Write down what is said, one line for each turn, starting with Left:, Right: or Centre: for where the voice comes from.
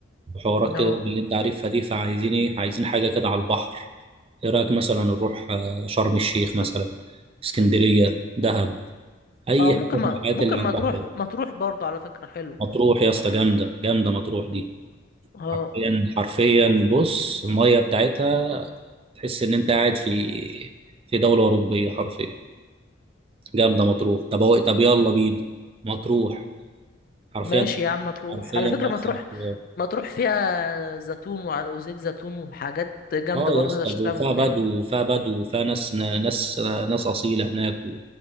Right: وحوارات
Left: اه
Right: كده باللي انت عارفها دي فعايزين ايه عايزين حاجة كده على البحر ايه رأيك مثلا نروح آه، شرم الشيخ مثلا اسكندرية دهب اي
Left: اه ممكن
Right: حتة
Left: ما
Right: من الحاجات
Left: ممكن
Right: اللي على
Left: ما
Right: البحر
Left: تروح
Right: دي
Left: ما تروح برضه على فكرة حلو
Right: مطروح يا اسطى جامدة جامدة مطروح دي
Left: اه
Right: حرفيا حرفيا بص الميه بتاعتها تحس ان انت قاعد في في دوله اوروبيه حرفيا جامده مطروح طب هو طب يلا بينا مطروح حرفيا
Left: ماشي يا عم ما تروح
Right: حرفيا
Left: على فكرة
Right: ده
Left: ما
Right: احسن
Left: تروح
Right: اختيار
Left: ما تروح فيها زيتون وع- وزيت زيتون وحاجات جامدة
Right: اه
Left: برضه
Right: يا اسطى
Left: تقدر تشتريها
Right: وفيها
Left: من هناك
Right: بدو وفيها بدو وفيها ناس ناس ناس اصيله هناك و...